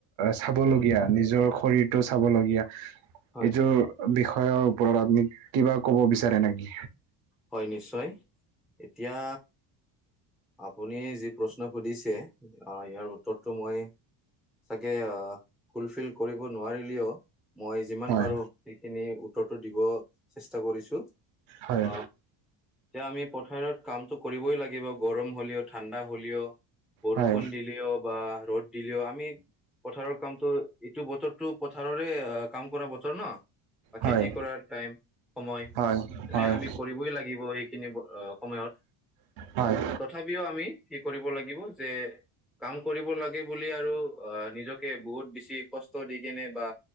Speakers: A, on the right; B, in the centre.
A: চাবলগীয়া
B: হয়
A: নিজৰ শৰীৰটো চাবলগীয়া
B: হয়
A: এইটোৰ বিষয় বিষয়ৰ ওপৰত আপুনি কিবা ক'ব বিচাৰে নেকি
B: হয় নিশ্চয় এতিয়া আপুনি যি প্ৰশ্ন সুধিছে ইয়াৰ উত্তৰটো মই চাগে ফুলফিল কৰিব নোৱাৰিলেও মই যিমান
A: হয়
B: পাৰো সেইখিনি উত্তৰটো দিব চেষ্টা কৰিছো
A: হয়
B: অ এতিয়া আমি পথাৰত কামটো কৰিবই লাগিব গৰম হ'লেও ঠাণ্ডা হ'লেও বৰষুণ
A: হয়
B: দিলেও বা ৰ'দ দিলেও আমি পথাৰৰ কামটো এইটো বতৰটো পথাৰৰে কাম কৰা বতৰ ন বা খেতি
A: হয়
B: কৰাৰ টাইম সময়
A: হয়
B: মানে
A: হয়
B: আমি
A: হয়
B: কৰিবই লাগিব এইখিনি সময়ত
A: হয়
B: তথাপিও আমি কি কৰিব লাগিব যে কাম কৰিব লাগে বুলি আৰু অ নিজকে বহুত বেছি কষ্ট দি কেনে বা